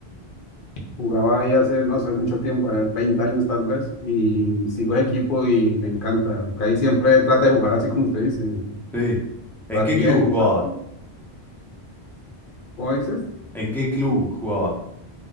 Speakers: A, on the left; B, in the centre.
A: Jugaba ahí hace, no sé, mucho tiempo, eh, 20 años tal vez, y sigo ese equipo y me encanta. ahí siempre trata de jugar así como usted dice,
B: sí. ¿En
A: jugar
B: qué
A: bien,
B: club jugaba?
A: jugar bonito. ¿Cómo dices?
B: ¿En qué club jugaba?